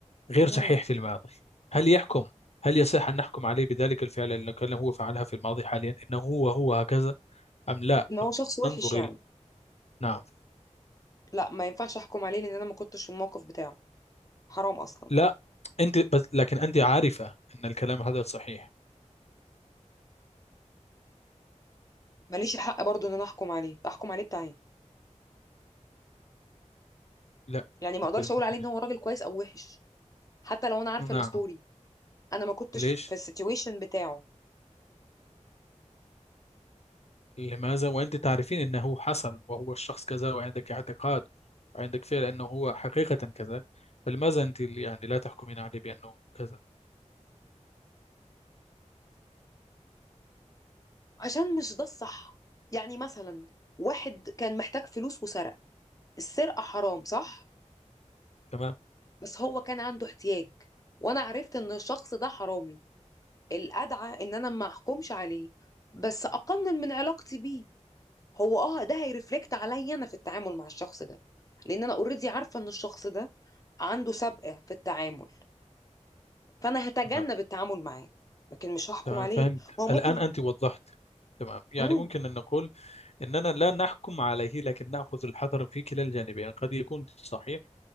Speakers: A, on the left; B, on the left.
A: غير صحيح
B: امم
A: في الماضي هل يحكم هل يصح أن نحكم عليه بذلك الفعل الذي كان هو فعلها في الماضي حاليا إنه هو هو هكذا أم لا
B: ان هو
A: أم
B: شخص وحش
A: ننظر
B: يعني
A: إلى نعم
B: لا ما ينفعش احكم عليه لان انا ما كنتش في الموقف بتاعه حرام اصلا
A: لا أنت بس لكن أنت عارفة أن الكلام هذا صحيح
B: ماليش الحق برضو ان انا احكم عليه احكم عليه بتاعي
A: لا
B: يعني ما
A: أنت
B: اقدرش
A: لم تفهمين
B: اقول عليه ان هو راجل كويس او وحش حتى لو انا عارفه
A: نعم
B: الستوري انا ما كنتش
A: ليش
B: في السيتويشن بتاعه
A: لماذا وأنت تعرفين أنه حصل وهو الشخص كذا وعندك اعتقاد وعندك فعل أنه هو حقيقة كذا فلماذا أنت يعني لا تحكمين عليه بأنه كذا
B: عشان مش ده الصح يعني مثلا واحد كان محتاج فلوس وسرق السرقة حرام صح
A: تمام
B: بس هو كان عنده احتياج وانا عرفت ان الشخص ده حرامي الأدعى إن أنا ما أحكمش عليه بس أقنن من علاقتي بيه هو أه ده هيرفلكت عليا أنا في التعامل مع الشخص ده لأن أنا أوريدي عارفة إن الشخص ده عنده سابقة في التعامل فأنا هتجنب
A: تمام
B: التعامل معاه لكن مش هحكم
A: تمام
B: عليه
A: فهمت
B: ما هو ممكن
A: الآن أنت وضحت تمام يعني
B: امم
A: ممكن أن نقول أننا لا نحكم عليه لكن نأخذ الحذر في كلا الجانبين قد يكون صحيح